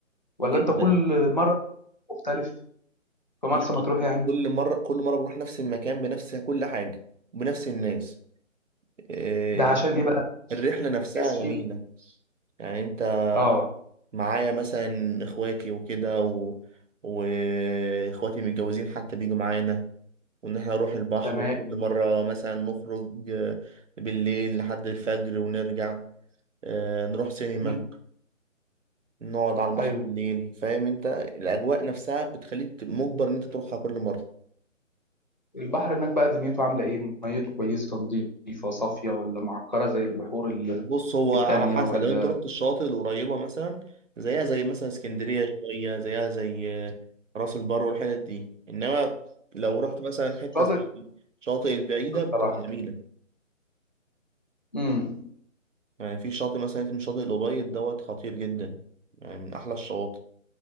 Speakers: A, on the left; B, on the right.
A: ولا
B: جدا
A: انت كل مره مختلف في مرسى
B: لا
A: مطروح يعني
B: كل مرة كل مرة بروح نفس المكان بنفس كل حاجة وبنفس الناس إيه،
A: ده عشان ايه بقى
B: الرحلة نفسها
A: اسفين
B: جميلة يعني انت
A: اه
B: معايا مثلا اخواتي وكده و... واخواتي متجوزين حتى بيجوا معانا وان احنا نروح البحر
A: تمام
B: كل مرة مثلا نخرج آه، بالليل لحد الفجر ونرجع آه، نروح سينما
A: مم.
B: نقعد على البحر
A: ايوه
B: بالليل فاهم انت الاجواء نفسها بتخليك مجبر ان انت تروحها كل مرة
A: البحر هناك بقى دنيته عامله ايه ميته كويسه نظيفه صافيه ولا معكره زي البحور ال-
B: بص هو
A: التانية
B: على حسب
A: ولا
B: لو انت رحت الشواطئ القريبة مثلا زيها زي مثلا اسكندرية شوية زيها زي راس البر والحتت دي انما لو رحت مثلا حتة
A: شاطئ
B: زي الشاطئ البعيدة
A: الصراحه
B: بتبقى جميلة
A: امم
B: يعني في شاطئ مثلا اسمه شاطئ الأبيض دوت خطير جدا يعني من أحلى الشواطئ